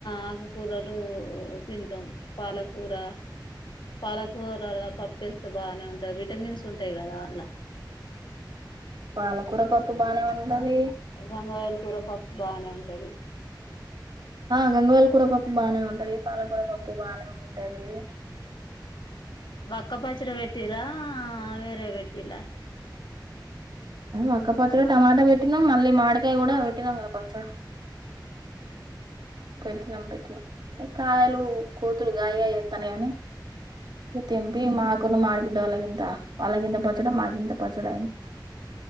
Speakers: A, on the left (about 75°); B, on the right (about 65°).
A: ఆకు కూరలు తింటాం పాలకూర, పాలకూరలా పప్పేస్తే బాగనే ఉంటది విటమిన్స్ ఉంటాయి కదా అండ్ల
B: పాలకూర పప్పు బానే ఉంటది
A: గంగవాయల కూర పప్పు బానే ఉంటది
B: ఆ గంగవాయిల్ కూర పప్పు బానే ఉంటది పాలకూర పప్పు ప్పు బానే ఉంటది
A: వక్క పచ్చడ వెట్టిరా ద వెర్టిల్లా
B: ఒక్క పచ్చడ టమాటా పెట్టినం మళ్ళీ మాడికాయ కూడ పెట్టినం కదా పచ్చడ పెట్టినం పెట్టినం హే కాయలు కోతులు గాయి గాయి చేత్తానయనీ తెంపీ మా కొంత మా ఆడిబిడ్డ వాళ్ళకింత, వాళ్ళకింత పచ్చడ మాకింత పచ్చడ అయ్యింది